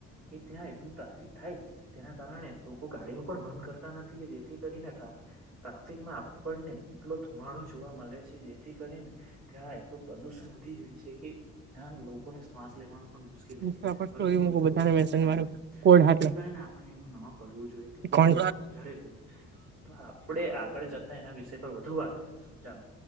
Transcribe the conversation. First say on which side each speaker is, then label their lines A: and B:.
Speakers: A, on the right; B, on the right.
A: કે ત્યાં એટલું ટ્રાફિક થાય તેના કારણે લોકો ગાડીઓ પણ બંધ કરતા નથી કે જેથી કરી ને ટ્રા-ટ્રાફિકમાં આપણને એટલો ધુમાડો જોવા મલે છે જેથી કરીને ત્યાં એટલું પ્રદુષણ વધી જાય છે કે ત્યા લોકોને શ્વાસ લેવાનું પણ મુશ્કેલ
B: ઇન્સ્ટા
A: થઈ જાય છે,
B: પર
A: પરંતુ
B: સ્ટોરી
A: લોકો
B: મૂકું બધાને
A: એવું સમજતા
B: મેન્શન મારું
A: નથી.
B: કોડ
A: જેથી
B: હાટુ
A: કરીને આપણે એવું ન કરવું જોઈએ કે પ્રદુષણ
B: કોણ
A: વધારે ફેલે. તો આપડે આગળ જતા એના વિષય પર વધુ વાત કરીશું ચાલો.